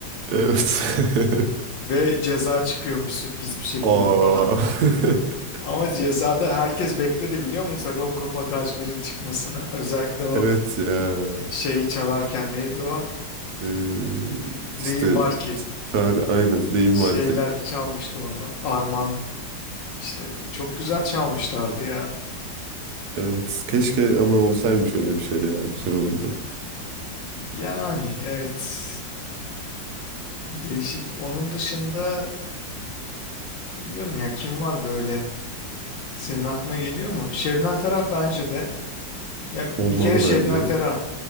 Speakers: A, on the right; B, on the left.
A: Evet. <laughs>
B: <laughs> ve ceza çıkıyormuş sürpriz bir şekilde
A: Aa.
B: falan.
A: <laughs>
B: Ama cezada herkes bekledi biliyor musun Sagopa Kajmer'in çıkmasını. Özellikle o
A: Evet ya.
B: şeyi çalarken neydi o?
A: E,
B: Neyim
A: işte
B: var ki?
A: çare aynen deyim
B: Şeyler
A: var ki.
B: çalmıştı onu. Arman işte çok güzel çalmışlardı ya.
A: Evet keşke ama olsaymış öyle bir şey ya güzel olurdu.
B: Yani evet. Değişik. Onun dışında bilmiyorum ya kim var böyle? Senin aklına geliyor mu? Şebnem Ferah bence de. Ya bir
A: Olmalı
B: kere Şebnem
A: bence.
B: Ferah